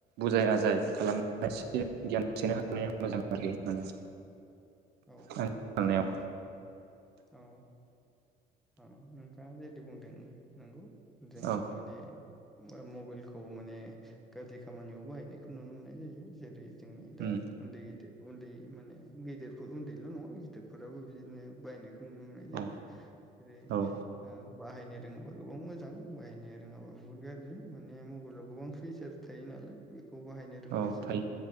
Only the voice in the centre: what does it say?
औ।
औ औ नोंथाङा जेदि बुंदों नंगौ। जोङो
माने मबेलखौ माने गादि खामानियाव बाहायनायखौ नुनो मोननाय जायो जेरै जोंनि दा
उन्दै गिदेर उन्दै माने गिदिर उन्दैल' नङा गिदिरफोराबो बिदिनो बायनायख नुमोनाय जायो
जेरै
ओ बाहायनो रोङोबा गोबां मो जां बाहायनो रोङाबा बुहुत गाज्रि माने मबेलाव गोबां फिचार थायो नालाय। खौ बाहायनो रोंबासो
नों